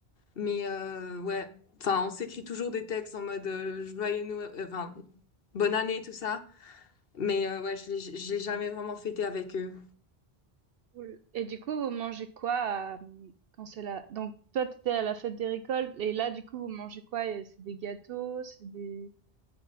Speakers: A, on the left; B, on the right.
A: Mais euh, ouais, enfin, on s'écrit toujours des textes en mode euh, joyeux Noël, euh, enfin, bonne année, tout ça. Mais euh, ouais, je l'ai je l'ai jamais vraiment fêté avec eux.
B: cool. Et du coup, vous mangez quoi à, mmh, quand c'est là? donc toi, t'étais à la fête des récoltes et là, du coup, vous mangez quoi? Et c'est des gâteaux, c'est des